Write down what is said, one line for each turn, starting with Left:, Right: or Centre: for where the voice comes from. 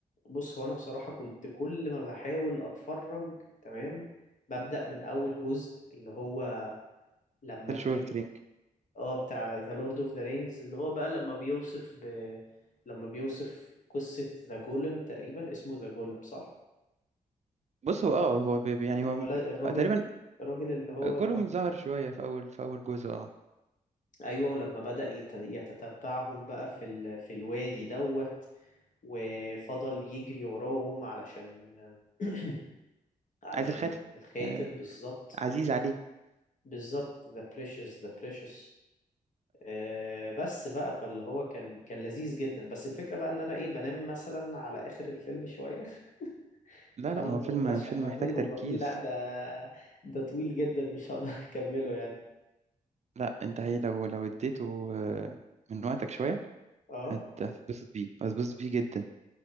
Left: بص هو انا بصراحة كنت كل ما بحاول اتفرج تمام ببدأ من اول جزء اللي هو لما
Right: فيلوشيب
Left: بيبقى
Right: اوف ذا
Left: اه بتاع ذا لورد اوف ذا رينجز اللي هو بقى لما بيوصف ب... لما بيوصف قصة ذا جولم تقريبا اسمه ذا جولم صح
Right: بص هو اه هو بي- بي- يعني
Left: الولد
Right: هو م-
Left: الراجل
Right: تقريبا
Left: الراجل اللي هو
Right: جولهم ظهر شويه في اول في اول جزء اه
Left: ايوه ولما بدأ يت- يتتبعهم بقى في ال... في الوادي دوت وفضل يجري وراهم علشان <clears throat> علشان
Right: عايز الخاتم
Left: الخاتم
Right: آه
Left: بالظبط
Right: عزيز عليه
Left: بالظبط the precious the precious آه بس بقى فاللي هو كان كان لذيذ جدا بس الفكرة بقى ان انا ايه بنام مثلا على اخر الفيلم شوية <laughs>
Right: لا
Left: فانا
Right: لا ما
Left: ما
Right: هو
Left: بقدرش
Right: فيلم فيلم
Left: اكمله
Right: محتاج تركيز
Left: وبقول لا ده ده طويل جدا مش هقدر <laughs> اكمله يعني
Right: لا انت هي لو لو اديته آه، من وقتك شوية
Left: اه
Right: هت- هتتبسط بيه هتتبسط بيه جدا